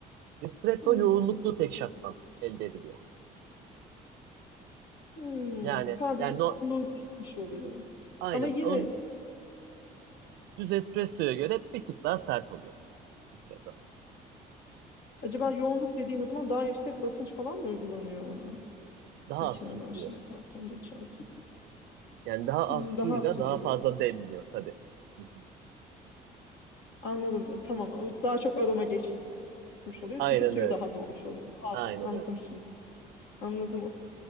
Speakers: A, on the right; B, on the left.
A: Ristretto
B: hı.
A: yoğunluklu tek shot'tan elde ediliyor.
B: Hmm,
A: Yani
B: Sadece
A: yani no,
B: yoğunluğu değişmiş oluyor.
A: aynen.
B: Ama yine
A: Onun Düz espressoya göre bir tık daha sert oluyor ristretto.
B: acaba yoğunluk dediğin o zaman daha yüksek basınç falan mı uygulanıyor ona?
A: Daha
B: Makineden
A: az su giriyor.
B: şey yaparken geçerken.
A: Yani daha
B: Hmm,
A: az suyla
B: daha az süzülüyor.
A: daha fazla demliyor tabii. Hı hı.
B: Anladım. Tamam. O Daha çok aroma geç. gitmiş oluyor.
A: Aynen
B: Çünkü suyu
A: öyle.
B: daha az olmuş oluyor. Az,
A: Aynen
B: anladım
A: öyle.
B: şimdi. Anladım. O,